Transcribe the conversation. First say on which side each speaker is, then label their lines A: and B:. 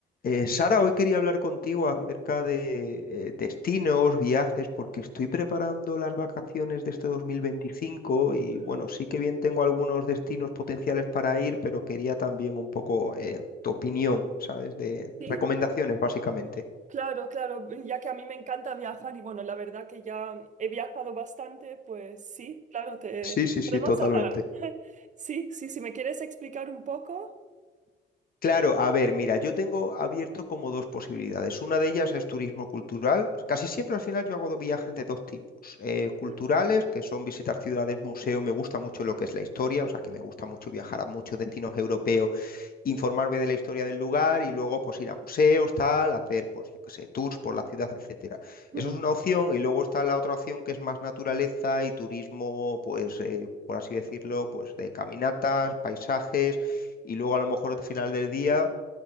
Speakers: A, on the left; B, on the right.
A: Eh, Sara, hoy quería hablar contigo acerca de eh, destinos, viajes, porque estoy preparando las vacaciones de este 2025 y
B: Ujú.
A: bueno, sí que bien tengo algunos destinos potenciales para ir, pero quería también un poco eh, tu opinión, ¿sabes? De
B: Sí,
A: recomendaciones, básicamente.
B: claro, claro, ya que a mí me encanta viajar y bueno, la verdad que ya he viajado bastante, pues sí, claro, te
A: Sí, sí, sí,
B: podemos
A: totalmente.
B: hablar. <laughs> Sí, sí, si me quieres explicar un poco.
A: Claro, a ver, mira, yo tengo abierto como dos posibilidades. Una de ellas es turismo cultural. Casi siempre al final yo hago dos viajes de dos tipos. Eh, culturales,
B: Ujú,
A: que son visitar ciudades, museos, me gusta mucho lo que es la historia, o sea que me gusta mucho viajar a muchos destinos europeos informarme de la historia del lugar y luego pues ir a museos, tal, hacer pues yo qué sé, tours por la ciudad, etcétera.
B: ujú,
A: Eso es una opción y luego está la otra opción que es más naturaleza y turismo, pues eh, por así decirlo, pues de caminatas, paisajes y luego a lo mejor al final del día